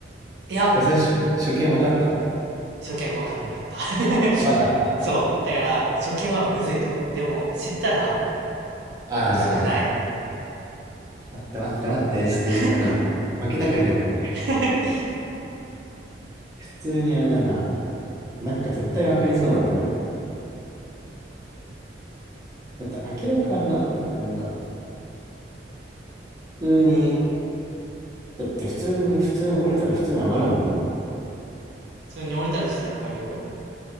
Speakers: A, on the right; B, on the right.
A: いや、
B: これ最初、初見初見分かったわ
A: 初見わかんなかった。<laughs>
B: かんなかった
A: そう。だから、初見はむずいと思う。でも、知ったら、
B: ああー、
A: むずくない。
B: だからね。待って待って待って、ちょっといい、
A: <laughs>
B: あの、負けたくねえな、これ。
A: 普
B: 普通にあれだな。なんか絶対分かりそうなんだよな。だって明らかあれだもんね。なんか、普通に、だって普通に、普通に降りたら普通に上がるもん
A: 通に降りたら普通に上がるよ。